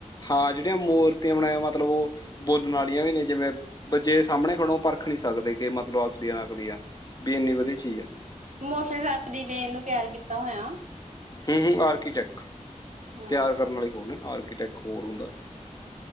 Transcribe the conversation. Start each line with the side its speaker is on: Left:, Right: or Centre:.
Left: ਹਾਂ ਜਿਹੜੀਆਂ ਮੂਰਤੀਆਂ ਬਣਾ ਮਤਲਬ ਉਹ ਬੋਲਣ ਵਾਲੀਆਂ ਵੀ ਨੇ ਜਿਵੇਂ ਬਜੇ ਸਾਹਮਣੇ ਖੜੋ ਪਰ। ਦੇਖ ਨੀ ਸਕਦੇ ਕਿ ਮਤਲਬ ਅਸਦੀਆਂ ਨਕਦੀਆਂ ਵੀ ਇੰਨੀ ਵਧੀਆ ਚੀਜ਼ ਆ।
Right: ਮੋਸ ਸੈਪਦੀ ਨੇ ਇਹਨੂੰ ਤਿਆਰ ਕੀਤਾ ਹੋਇਆ।
Left: ਹਮ-ਹਮ ਆਰਕੀ ਚੈੱਕ
Right: ਹੂੰ।
Left: ਤਿਆਰ ਕਰਨ ਵਾਲੇ ਹੋਰ ਨੇ ਆਰਕੀ। ਆਰਕੀਟੇਕ ਹੋਰ ਹੁੰਦਾ।